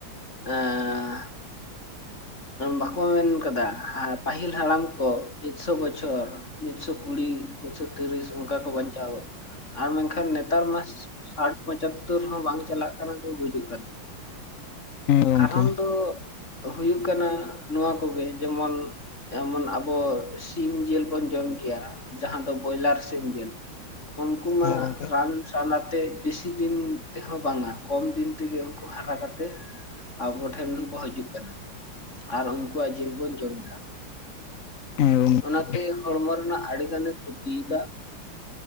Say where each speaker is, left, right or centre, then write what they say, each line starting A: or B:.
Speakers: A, on the left (about 30°); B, on the left (about 65°).
A: ᱮᱸ, ᱵᱟᱠᱚ ᱢᱮᱱᱠᱟᱫᱟ, ᱯᱟᱹᱦᱤᱞ ᱦᱟᱲᱟᱢ ᱠᱚ ᱮᱠᱥᱚ ᱵᱚᱪᱷᱚᱨ ᱢᱤᱫᱥᱚ ᱠᱩᱲᱤ, ᱢᱤᱫᱥᱚ ᱛᱤᱨᱤᱥ, ᱚᱱᱠᱟ ᱠᱚ ᱵᱟᱧᱪᱟᱣᱟ ᱟᱨ ᱢᱮᱱᱠᱷᱟᱱ ᱱᱮᱛᱟᱨ ᱢᱟ ᱥᱟᱴ ᱯᱚᱪᱟᱛ ᱛᱩᱨ ᱦᱚᱸ ᱵᱟᱝ ᱪᱟᱞᱟᱜ ᱠᱟᱱᱟ ᱠᱚ ᱜᱩᱡᱩᱜ ᱠᱟᱱᱟ᱾
B: ᱦᱮᱸ ᱜᱚᱝᱠᱮ
A: ᱠᱟᱨᱚᱱ ᱫᱚᱜ ᱦᱩᱭᱩᱜ ᱠᱟᱱᱟ ᱱᱚᱣᱟ ᱠᱚᱜᱮ ᱡᱮᱢᱚᱱ ᱮᱢᱚᱱ ᱟᱵᱚ ᱥᱤᱢ ᱡᱤᱞ ᱵᱚᱱ ᱡᱚᱢ ᱜᱮᱭᱟ, ᱡᱟᱦᱟᱸ ᱫᱚ ᱵᱚᱭᱞᱟᱨ ᱥᱤᱢ ᱡᱤᱞ, ᱩᱱᱠᱩ ᱢᱟᱜ
B: ᱦᱮᱸ ᱜᱚᱝᱠᱮ
A: ᱨᱟᱱ- ᱨᱟᱱ ᱟᱛᱮ ᱵᱤᱥᱤ ᱫᱤᱱ ᱛᱮᱦᱚᱸ ᱵᱟᱝ ᱟ ᱠᱚᱢ ᱫᱤᱱ ᱛᱮᱜᱮ ᱩᱱᱠᱩ ᱦᱟᱨᱟ ᱠᱟᱛᱮ ᱟᱵᱚ ᱴᱷᱮᱱ ᱠᱚ ᱦᱟᱡᱩᱜ ᱠᱟᱱᱟ ᱟᱨ ᱩᱱᱠᱩᱣᱟᱜ ᱡᱤᱞ ᱵᱚᱱ ᱡᱚᱢ ᱮᱫᱟ᱾
B: ᱦᱮᱸ ᱜᱚᱝᱠᱮ
A: ᱚᱱᱟᱛᱮ ᱦᱚᱲᱢᱚ ᱨᱮᱱᱟᱜ ᱟᱹᱰᱤ ᱜᱟᱱᱮ ᱠᱷᱩᱛᱤ ᱭᱮᱫᱟ,